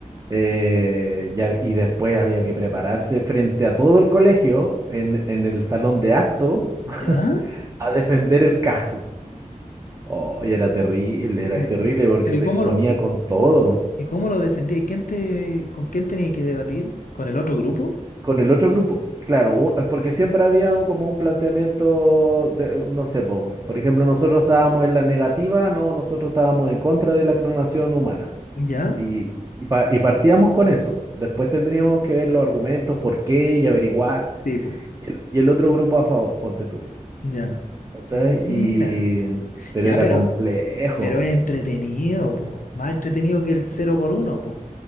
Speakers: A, on the right; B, on the left.
A: Eh, ya- y después había que prepararse frente a todo el colegio en, en el salón de acto <laughs>
B: ya.
A: a defender el caso. Oh, y era terrible, era
B: Eh,
A: terrible porque
B: Pero
A: te
B: ¿y cómo
A: exponía
B: lo, y
A: con todo,
B: ¿Y cómo lo defendía? ¿Y quién te, con quién tenías que debatir? ¿Con el otro grupo?
A: con el otro grupo. Claro, u- es porque siempre había o como un planteamiento de, no sé, po, por ejemplo, nosotros estábamos en la negativa, no, nosotros estábamos en contra de la clonación humana.
B: ¿Ya?
A: Y, y, pa- y partíamos con eso. Después tendríamos que ver los argumentos, por qué y averiguar.
B: Sí, po.
A: Y el, y el otro grupo a favor, ponte tú.
B: Ya.
A: ¿Cachai?
B: Mira.
A: Y... Pero
B: Ya,
A: era
B: pero,
A: complejo.
B: pero es entretenido, po. Más entretenido que el cero por uno, po.